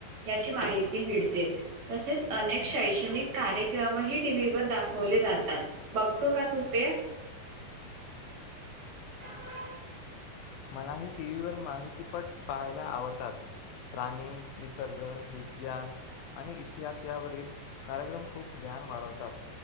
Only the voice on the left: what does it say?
मलाही टीव्हीवर माहितीपट पाहायला आवडतात. प्राणी. निसर्ग. विग्यान. आणि इतिहास यावरील कार्यक्रम खूप ग्यान वाढवतात.